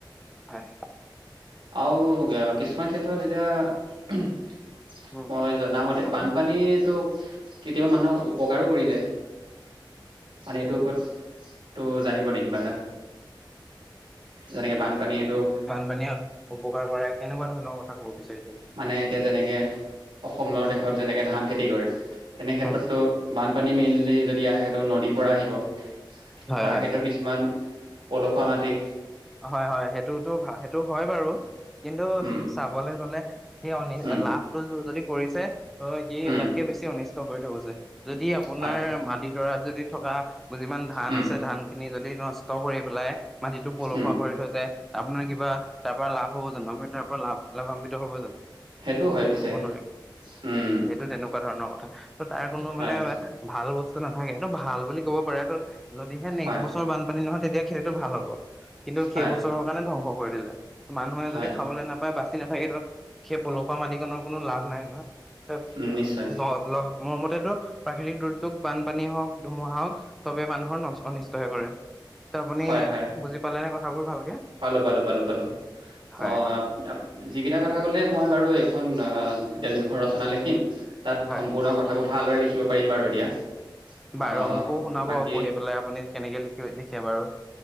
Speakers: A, in the centre; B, on the right.
A: হয়।
B: আৰু আ, কিছুমান ক্ষেত্ৰত এতিয়া
A: উম
B: মই জনা মতে
A: কওকচোন
B: বানপানীয়েতো কেতিয়াবা মানুহৰ উপকাৰো কৰি যায়। মানে এইটোৰ ওপৰত তো, জানিবনি কিবা এটা? যেনেকে বানপানী এইটো
A: পানীয়ে উপকাৰ কৰে কেনেকুৱা ধৰণৰ কথা ক'ব বিচাৰিচে?
B: মানে এতিয়া যেনেকে অসমৰ
A: উম
B: দেশত
A: উম
B: যেনেকে ধান খেতি কৰে, তেনে ক্ষেত্ৰতটো
A: উম উম।
B: বানপানী মেইনলি যদি আহেটো নদীৰ পৰা আহিব,
A: হয়
B: তাৰ
A: হয়
B: ক্ষেত্ৰত কিছুমান পলসুৱা মাটি।
A: হয়, হয়। সেইটোতো সেইটো হয় বাৰু, কিন্তু
B: উম
A: চাবলৈ গ'লে সেই অনি
B: উম
A: লাভটো যদি কৰিছে, ত' সি
B: উম
A: তাতকে বেছি অনিষ্ট কৰি থৈ গৈছে। যদি আপোনাৰ
B: হয়
A: মাটিডৰাত যদি থকা যিমান ধান
B: উম
A: আছে ধান খিনি যদি নষ্ট কৰি পেলাই, মাটিটোক পলসুৱা
B: উম
A: কৰি থৈ যায়, আপোনাৰ কিবা তাৰ পৰা লাভ হ'ব জানোঁ? আপুনি তাৰ পৰা লাভ লাভান্বিত হ'ব জানোঁ?
B: সেইটো
A: <unintelligible>
B: হয় পিছে
A: হ'ব নোৱাৰি।
B: উম
A: সেইটো তেনেকুৱা ধৰণৰ কথা, ত' তাৰ কোনো
B: হয়
A: মানে ভাল বস্তু নাথাকে এইটো ভাল বুলি ক'ব পাৰে, যদিহে নেক্সট
B: হয়
A: বছৰ বানপানী নহয় তেতিয়া খে সেইটো ভাল হ'ব, কিন্তু
B: হয়
A: সেই বছৰৰ কাৰণে ধ্বংস কৰি দিলে। মানুহে
B: হয়
A: যদি খাবলৈ নাপায় বাচি নাথাকে ত, সেই পলসুৱা মাটিকনৰ কোনো লাভ নাই নহয়। <unintelligible>
B: উম নিশ্চয়
A: মোৰ মতেতো প্ৰাকৃতিক দুৰ্যোগ বানপানী হওঁক, ধুমুহা হওঁক, চবে মানুহৰ নষ-অনিষ্টহে কৰে। ত আপুনি
B: হয় হয়
A: বুজি পালেনে কথাবোৰ ভালকে?
B: পালো, পালো, পালো, পালো।
A: হয়
B: অ',
A: হয়
B: আপ আপ যিকেইটা কথা ক'লে মই বাৰু এইখন অ', এতিয়া যোনখন ৰচনা লিখিম, তাত
A: হয়
B: সম্পূৰ্ণ কথ থাবোৰ ভালদৰে লিখিব পাৰিম বাৰু এতিয়া।
A: বাৰু
B: অ
A: মোকো শুনাব
B: বাকী
A: পঢ়ি পেলাই আপুনি কেনেকে লিখ-লিখে বাৰু।